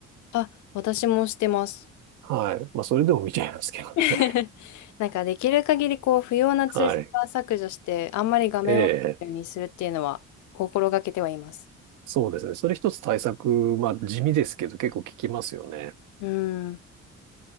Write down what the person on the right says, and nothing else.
はい。まあ、それでも見ちゃいますけどね。
<laughs> はい。
ええそうですね。それ一つ対策、まあ地味ですけど結構効きますよね。